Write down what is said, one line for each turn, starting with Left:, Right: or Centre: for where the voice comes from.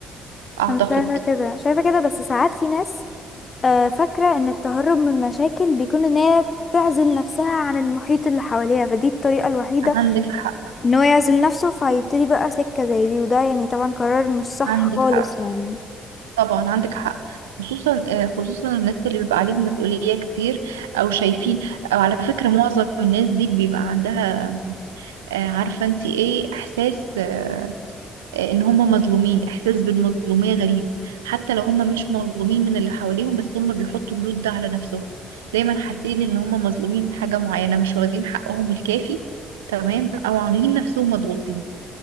Right: اعتقد
Left: انا شايفه كده شايفه كده بس ساعات في ناس آه، فاكره ان التهرب من المشاكل بيكون ان هي تعزل نفسها عن المحيط اللي حواليها فدي الطريقه الوحيده
Right: عندك حق
Left: ان هو يعزل نفسه فيبتدي بقى سكه زي دي وده يعني طبعا قرار مش صح
Right: عندك
Left: خالص
Right: حق
Left: يعني
Right: طبعا عندك حق خصوصا آه، خصوصا الناس اللي بيبقى عليهم مسؤوليه كتير او شايفين او على فكره معظم الناس دي بيبقى عندها آه، عارفه انت ايه احساس آه، ان هم مظلومين احساس بالمظلوميه غريب حتى لو هم مش مظلومين من اللي حواليهم بس هم بيحطوا اللود ده على نفسهم دايما حاسين ان هم مظلومين من حاجه معينه مش واخدين حقهم الكافي تمام او عاملين نفسهم مضغوطين